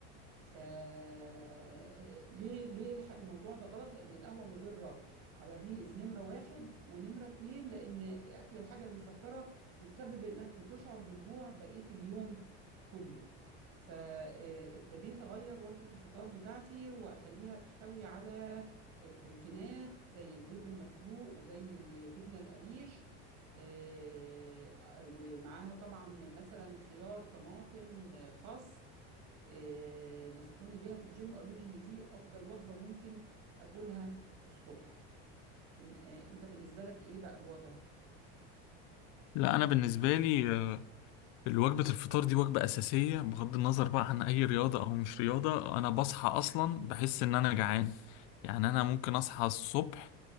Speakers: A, on the right (about 55°); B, on the left (about 65°).
A: فليه ليه الح- الموضوع ده غلط لأن القهوة مضرة على الريق دي نمرة واحد ونمرة اتنين لأن أكل الحاجة المسكرة بتسبب إنك بتشعر بالجوع بقية اليوم كله فابتديت أغير وجبة الفطار بتاعتي وأخليها تحتوي على بروتينات زي البيض المسلوق وزي الجبنة القريش آه، آه، ومعاها طبعا مثلا خيار طماطم آه، خس آه، نصحوني بيها في الجيم وقالوا لي ان دي افضل وجبة ممكن اكلها الصبح إن آه، انت بالنسبة لك ايه بقى الوضع
B: لا انا بالنسبه لي آه، الوجبه الفطار دي وجبه اساسيه بغض النظر بقى عن اي رياضه او مش رياضه انا بصحى اصلا بحس ان انا جعان يعني انا ممكن اصحى الصبح